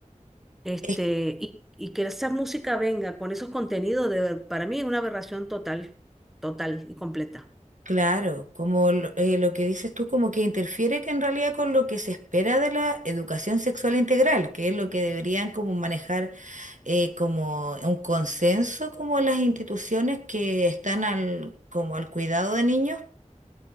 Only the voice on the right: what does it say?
Es
claro, como lo, eh, lo que dices tú, como que interfiere que en realidad con lo que se espera de la educación sexual integral, que es lo que deberían como manejar eh, como un consenso como las instituciones que están al, como al cuidado de niños